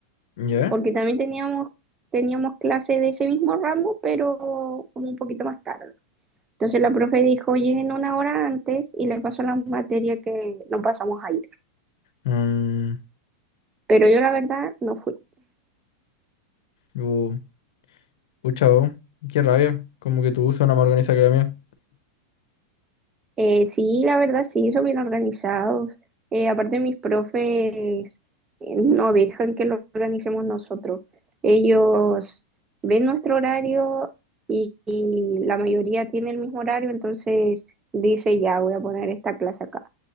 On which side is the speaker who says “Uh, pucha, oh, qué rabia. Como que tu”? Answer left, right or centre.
Left